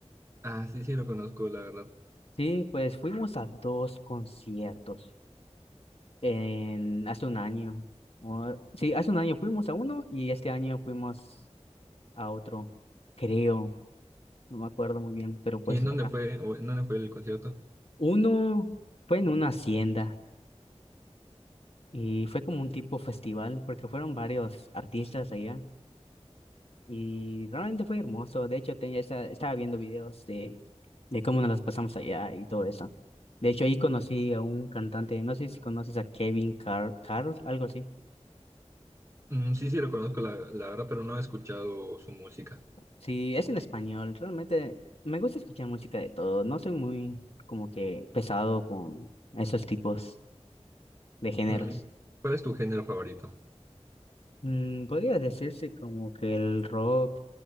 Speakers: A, on the right; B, on the left.
A: Ah, sí, sí, lo conozco, la verdad.
B: Sí, pues fuimos a dos conciertos. En, hace un año. o- sí, hace un año fuimos a uno y este año fuimos a otro, creo, no me acuerdo muy bien, pero pues
A: ¿Y en dónde
B: a-
A: fue, o en dónde fue el concierto?
B: uno fue en una hacienda y fue como un tipo festival porque fueron varios artistas allá y realmente fue hermoso. De hecho, tenía esa- estaba viendo videos de, de cómo nos las pasamos allá y todo eso. De hecho, ahí conocí a un cantante, no sé si conoces a Kevin Car Carl, algo así.
A: Mm, sí, sí, lo conozco, la, la verdad, pero no he escuchado su música.
B: Sí, es en español. Realmente me gusta escuchar música de todo. No soy muy como que pesado con esos tipos de géneros.
A: Mm, ¿cuál es tu género favorito?
B: Mm, podría decirse como que el rock